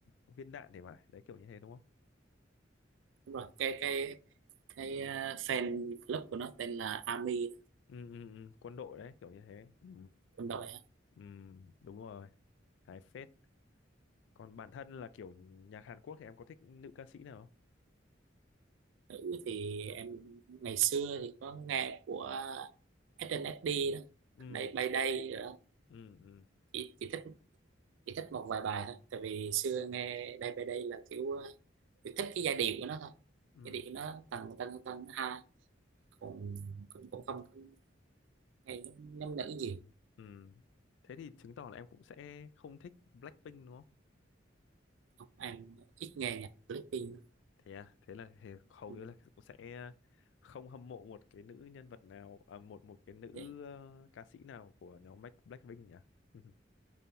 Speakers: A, on the left; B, on the right.
A: ờ, viên đạn để mà đấy kiểu như thế đúng không?
B: đúng rồi cái cái cái ờ, fan club của nó tên là ARMY
A: Ừ, ừ, ừ, quân đội đấy kiểu như thế. Ừ,
B: quân đội á.
A: ừ, đúng rồi, hài phết. Còn bản thân là kiểu nhạc Hàn Quốc thì em có thích nữ ca sĩ nào không?
B: nữ thì em ngày xưa thì có nghe của SNSD đó
A: Ừ,
B: Day by đây rồi đó
A: ừ, ừ,
B: chỉ, chỉ thích chỉ thích một vài bài thôi tại vì xưa nghe đây by đây là kiểu ờ, chỉ thích cái giai điệu của nó thôi
A: ừ,
B: giai điệu nó tầng tầng tầng ha cũng cũng cũng không không nghe nhóm nhóm nữ nhiều
A: ừ. Thế thì chứng tỏ là em cũng sẽ không thích Blackpink đúng không?
B: em ít nghe nhạc Blackpink lắm.
A: thế à thế là thế hầu
B: Ừ,
A: như là cũng sẽ ờ, không hâm mộ một cái nữ nhân vật nào à, một một cái nữ
B: dạ.
A: ờ, ca sĩ nào của nhóm Black Blackpink nhỉ <laughs>